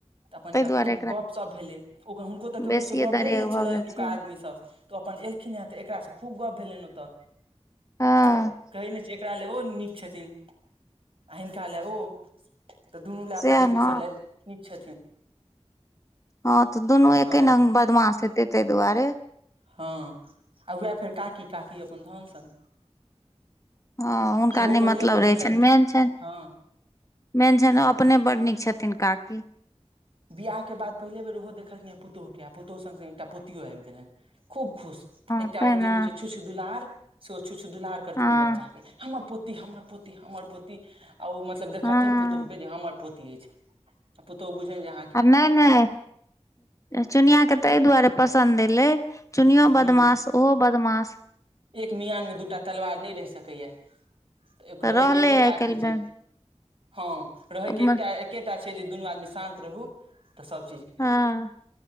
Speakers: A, on the right; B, on the left.
A: तऽ अपन
B: ताहि
A: एकरा
B: दुआरे
A: खूब गपशप भेलै ओ हुनको तऽ ककरोसँ
B: बेसिए
A: गप
B: दरेग
A: भेल नहि
B: भऽ
A: छलनि
B: गेल
A: एतुका
B: छै
A: आदमीसँ। त अपन एलखिन हे तऽ एकरा से खूब गप भेलैन ओतऽ
B: हँ
A: त कहे नहि छै एकरा ले ओ नीक छथिन हिनका ले ओ तऽ दुनू ले
B: सएह
A: अपन एक
B: ने
A: दोसर ले। निक छथिन।
B: हँ तऽ दुनू एके
A: हँ
B: रंग बदमाश हेतै ताहि दुआरे।
A: हँ आ उएह फेर काकी, काकी अपन धन सन।
B: हँ हुनका
A: ओहो
B: नहि
A: पहिले
B: मतलब
A: बेर
B: रहै
A: देखलखिन
B: छनि मेन छनि।
A: हँ
B: मेन छैन अपने बड़ नीक छथिन काकी।
A: बियाह के बाद पहिले बेर ओहो देखलखिने पुतहुू के आ पुतहु सग एकटा पोतियों आबि गेलनि खूब खुश।
B: हँ
A: एकटा
B: तैं
A: ओ
B: ने
A: जे होय छै छुछ दलार से ओ छुछ दुलार करथिन
B: हँ
A: ओ बच्चा के हमा पोती हमर पोती हमर पोती आ ओ मतलब देखलखिन
B: हँ
A: पुतौह कै जे हमर पोति ऐछ, पुतौह बुझैन यै
B: आ नै-नै ए ए चुनिया के तै ए दुआरे पसन्द एलै चुनियो
A: हूँ
B: बदमास उहो बदमाश।
A: एक मियान मे दूटा तलवार नै रह सके यै। एक
B: तऽ
A: रहै
B: रहलै
A: के एकेटा
B: आइ
A: अथी
B: काल्हि
A: छै हां रहै के
B: मे
A: एकटा एकेटा छै जे दुनू आदमी शान्त रहु त सब चीज
B: हँ
A: हेतै